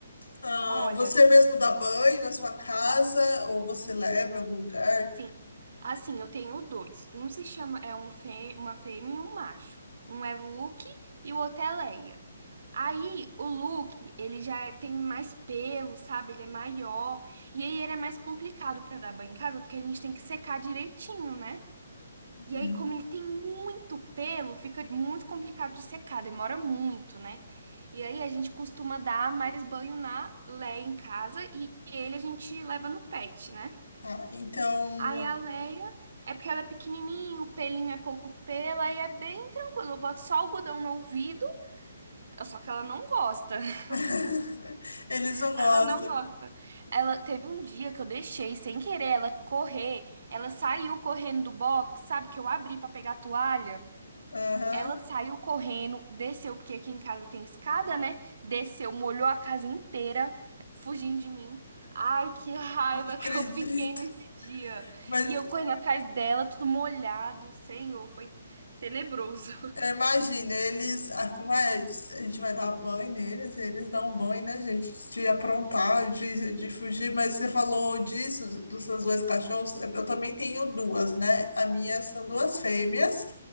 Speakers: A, on the left; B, on the right.
A: ah,
B: Olha,
A: você mesmo dá banho na sua casa, ou você leva
B: Sim.
A: em algum lugar?
B: sim, assim, eu tenho dois. Um se chama, é um fê, uma fêmea e um macho. Um é Luke e o outro é Leia. Aí, o Luke, ele já é- tem mais pelo, sabe? Ele é maior. E aí, ele é mais complicado pra dar banho em casa, porque a gente tem que secar direitinho, né?
A: Uhum,
B: E aí, como ele tem muito pelo, fica muito complicado de secar, demora muito, né? E aí a gente costuma dar mais banho na Leia em casa e ele a gente leva no pet, né?
A: tá. Então,
B: Aí a Leia é porque ela é pequenininha, o pelinho é pouco pelo, aí é bem tranquilo. Eu boto só algodão no ouvido, só que ela não gosta. <laughs>
A: <laughs> Eles não
B: Ela
A: gostam.
B: não gosta. Ela teve um dia que eu deixei sem querer ela correr, ela saiu correndo do box, sabe? Que eu abri pra pegar a toalha.
A: Aham,
B: Ela saiu correndo, desceu, porque aqui em casa tem escada, né? Desceu, molhou a casa inteira, fugindo de mim. Ai, que raiva
A: Não acredito.
B: que eu <laughs> fiquei nesse dia.
A: Mas
B: E eu correndo atrás dela, tudo molhado. Senhor, foi tenebroso.
A: é, imagina, eles. Ah, como é? A gente vai dar banho neles, eles dão banho, né, gente? De aprontar, de, de fugir. Mas você falou disso, dos seus dois cachorros. Eu também tenho duas, né? A minha são duas
B: Ah,
A: fêmeas.